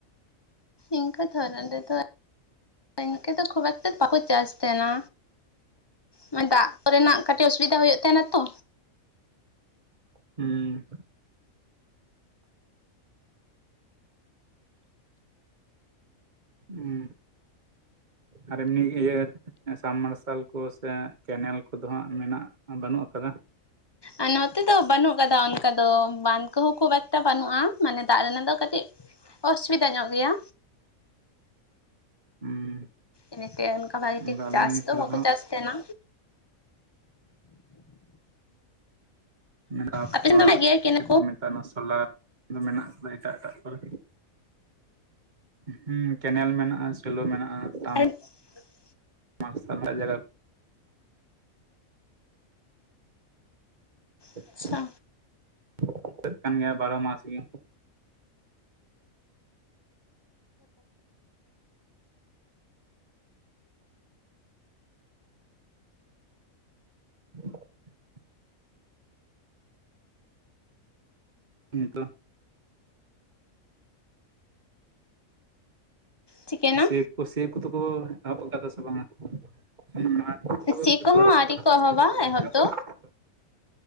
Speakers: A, on the left; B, on the right.
A: ᱤᱱᱠᱟᱹ ᱫᱷᱚᱨᱚᱱ ᱨᱮᱫᱚ, ᱤᱱᱠᱟᱹ ᱫᱚ ᱠᱷᱩᱵ ᱮᱠᱴᱟ ᱵᱟᱠᱚ ᱪᱟᱥ ᱛᱟᱦᱮᱱᱟ᱾ ᱢᱟᱱᱮ ᱫᱟᱜ ᱠᱚᱨᱮᱱᱟᱜ ᱠᱟᱹᱴᱤᱡ ᱚᱥᱩᱵᱤᱫᱟ ᱦᱩᱭᱩᱜ ᱛᱟᱦᱮᱱᱟ ᱛᱚ᱾
B: ᱦᱩᱸ᱾ ᱦᱩᱸ, ᱟᱨ ᱮᱢᱱᱤ ᱤᱭᱟᱹ ᱥᱟᱢ ᱢᱟᱨᱥᱟᱞ ᱠᱚ ᱥᱮ ᱠᱮᱱᱮᱞ ᱠᱚᱫᱚ ᱦᱟᱸᱜ ᱢᱮᱱᱟᱜ ᱵᱟᱹᱱᱩᱜ ᱟᱠᱟᱫᱟ᱾
A: ᱟᱨ ᱱᱚᱛᱮ ᱫᱚ ᱵᱟᱹᱱᱩᱜ ᱠᱟᱫᱟ ᱚᱱᱠᱟ ᱫᱚ ᱵᱟᱸᱫᱷ ᱠᱚᱦᱚᱸ ᱠᱷᱩᱵ ᱮᱠᱴᱟ ᱵᱟᱹᱱᱩᱜᱼᱟ ᱢᱟᱱᱮ ᱫᱟᱜ ᱨᱮᱱᱟᱜ ᱫᱚ ᱠᱟᱹᱴᱤᱡ ᱚᱥᱩᱵᱤᱫᱟ ᱧᱚᱜ ᱜᱮᱭᱟ᱾
B: ᱦᱩᱸ᱾
A: ᱤᱱᱟᱹᱛᱮ ᱚᱱᱠᱟ ᱵᱷᱟᱜᱤ ᱴᱷᱤᱠ
B: ᱟᱫᱚ ᱟᱞᱮ
A: ᱪᱟᱥ
B: ᱱᱤᱭᱟᱹ
A: ᱫᱚ
B: ᱠᱚᱨᱮ
A: ᱵᱟᱠᱚ ᱪᱟᱥ ᱛᱟᱦᱮᱱᱟ᱾
B: ᱛᱟᱨᱯᱚᱨ
A: ᱟᱯᱮ ᱥᱮᱱ ᱫᱚ ᱢᱮᱱᱟᱜ ᱜᱮᱭᱟ ᱠᱮᱱᱮ
B: ᱪᱮᱫ ᱠᱚ ᱢᱮᱛᱟᱜ ᱚᱱᱟ ᱥᱳᱞᱟᱨ ᱫᱚ ᱢᱮᱱᱟᱜ ᱠᱟᱫᱟ ᱮᱴᱟᱜ ᱮᱴᱟᱜ ᱠᱚᱨᱮ? ᱦᱮᱸ ᱠᱮᱱᱮᱞ ᱢᱮᱱᱟᱜᱼᱟ ᱥᱮᱞᱳ ᱢᱮᱱᱟᱜᱼᱟ ᱥᱟᱢ
A: <inaudible>
B: ᱢᱟᱨᱥᱟᱞ ᱨᱮᱱᱟᱜ ᱡᱟᱜᱟ <unintelligible> <unintelligible>
A: ᱟᱪᱪᱷᱟ
B: ᱠᱟᱱ ᱜᱮᱭᱟ ᱵᱟᱨᱚ ᱢᱟᱥ ᱜᱮ᱾ <unintelligible> ᱦᱤᱸ ᱛᱚ᱾
A: ᱪᱤᱠᱟᱹᱭᱮᱱᱟ
B: ᱥᱮᱵᱽ ᱠᱚ ᱥᱮᱵᱽ ᱠᱚᱫᱚ ᱠᱚ ᱮᱦᱚᱵ ᱟᱠᱟᱫᱟ ᱥᱮ ᱵᱟᱝᱟ <unintelligible>
A: ᱥᱤ ᱠᱚᱦᱚᱸ
B: ᱵᱟᱹᱫᱽ
A: ᱟᱨᱤ ᱠᱚ ᱮᱦᱚᱵᱟ
B: ᱥᱤ ᱠᱚᱫᱚ ᱠᱚ
A: ᱮᱦᱚᱵ ᱫᱚ᱾
B: ᱟᱠᱟᱫᱟ